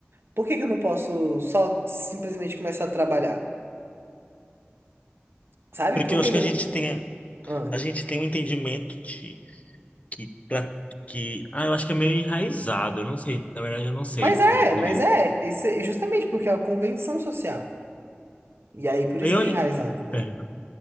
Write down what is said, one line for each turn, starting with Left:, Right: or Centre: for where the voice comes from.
Right: Por que que eu não posso só simplesmente começar a trabalhar? Sabe?
Left: Porque
Right: Por
Left: eu
Right: que
Left: acho que
Right: que
Left: a
Right: eu
Left: gente
Right: não.
Left: tem,
Right: Ah.
Left: a gente tem um entendimento de que, pra- que. Ah, eu acho que é meio enraizado, eu não sei, na verdade, eu não sei
Right: Mas é,
Left: concluir.
Right: mas é. Isso é justamente porque é uma convenção social. E aí, por isso
Left: Eu,
Right: que é enraizado, né?
Left: é.